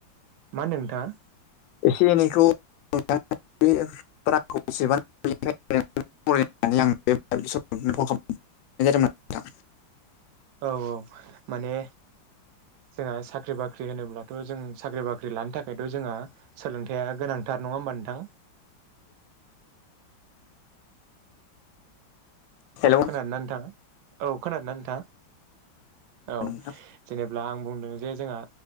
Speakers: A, on the right (about 85°); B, on the left (about 75°).
A: मा होन्दों नोंथाङा
B: एसे एनैखौ रांखौ बेसेबां फरायनानै आ बे खालाम जादोंमोन नोंथां
A: औ औ माने जोंहा साख्रि बाख्रि होनोब्लाथ' जों साख्रि बाख्रि लानो थाखायथ' जोंहा सोलोंथाइआ गोनांथार नङा होमबा नोंथां
B: हेलौ
A: खोनादोंना नथाङा औ खोनादोंना नथाङा औ
B: नोंथां।
A: जेनेब्ला आं बुंदों जे जोंहा